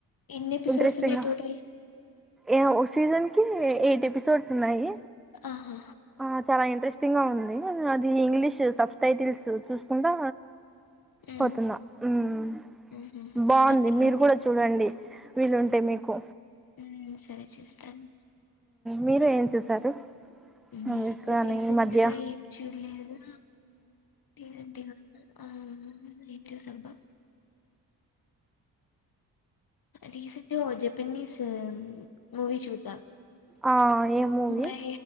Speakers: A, on the left (about 45°); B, in the centre.
A: ఎన్ని ఎపిసోడ్స్
B: ఇంట్రెస్ంగ్
A: ఉన్నాయి టోటల్
B: ఏ సీజన్ కి ఎయిట్ ఎపిసోడ్స్ ఉన్నాయి
A: ఆహా
B: ఆ చాలా ఇంట్రెస్ట్ అవును అది ఇంగ్లీష్ సబ్ టైటిల్స్ చూసుకుంటా
A: ఉమ్
B: పోతున్న మ్మ్
A: ఉహు
B: బాగుంది
A: అంటే
B: మీరు
A: ఇం
B: కూడా చూడండి వీలుంటే
A: ఆ
B: మీకు
A: ఉమ్ సరే చేస్తాను
B: మీరు ఏం చూసారు
A: నేను
B: మూవీస్ కానీ
A: రీసెంట్గా
B: ఈ మధ్య
A: ఏం చూడలేదు ఏంటి ఆ ఏంతో సులభం రీసెంట్గా ఓ జపనీస్ మూవీ చూసా
B: ఆ ఏమూవి
A: మై